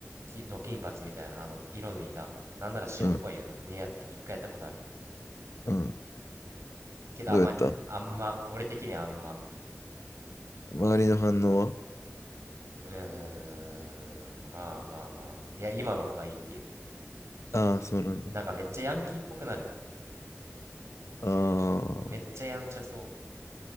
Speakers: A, on the right (about 70°); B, on the left (about 70°).
A: きド金髪みたいな、あの、色抜いた。なんなら白っぽいような。
B: うん、うん。
A: にやった、一回やったことある。
B: うん
A: けどあんま、
B: どうやった
A: あんま、俺的にはあんま、
B: 周りの反応は
A: うーん、まあまあまあ。いや、今の方がいいっていう。
B: ああー、そうなんだ。
A: なんかめっちゃヤンキーっぽくなる。
B: ああ、
A: めっちゃやんちゃそう。